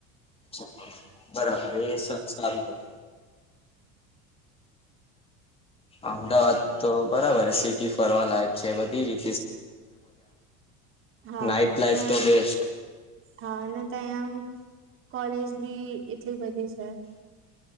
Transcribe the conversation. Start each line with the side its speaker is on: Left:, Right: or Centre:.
Left: એમ બરાબર એ સારું હોત અમદાવાદ તો બરાબર સિટી ફરવા લાયક છે બધી રીત
Right: હા
Left: નાઈટ
Right: અને
Left: લાઈફ તો બેસ્ટ
Right: હા ત્યાં અમ કોલેજ બી એટલી બધી છે